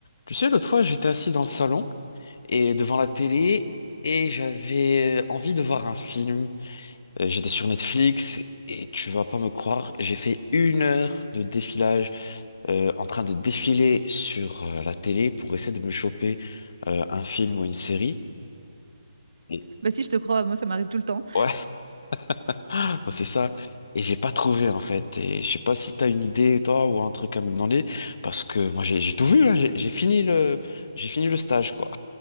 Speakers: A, on the left (about 45°); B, on the right (about 60°).
A: Tu sais, l'autre fois, j'étais assis dans le salon et devant la télé et j'avais euh, envie de voir un film. Euh, J'étais sur Netflix et tu vas pas me croire, j'ai fait une heure de défilage euh, en train de défiler sur euh, la télé pour essayer de me choper euh, un film ou une série. Et-
B: Bah si, je te crois, moi ça m'arrive tout le temps.
A: ouais, <laughs> c'est ça. Et j'ai pas trouvé en fait. Et je sais pas si t'as une idée toi ou un truc à me demander parce que moi j'ai j'ai tout vu, hein. J'ai j'ai fini le j'ai fini le stage quoi.